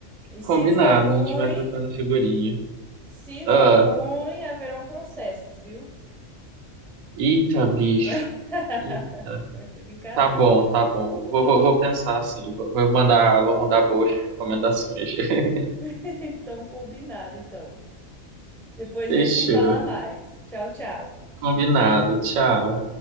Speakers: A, in the centre; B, on the right.
A: E
B: Combinado.
A: se for ruim,
B: A gente vai trocando figurinha.
A: se
B: Ah,
A: for ruim, haverão processos, viu?
B: eita, bicho.
A: <laughs>
B: Eita.
A: Brincadeira.
B: Tá bom, tá bom. Vou, vou, vou pensar assim. Vou vou mandar, vou mandar boas recomendações. <laughs>
A: <laughs> Então, combinado, então. Depois
B: Fechou.
A: a gente se fala mais. Tchau, tchau.
B: Combinado. Tchau.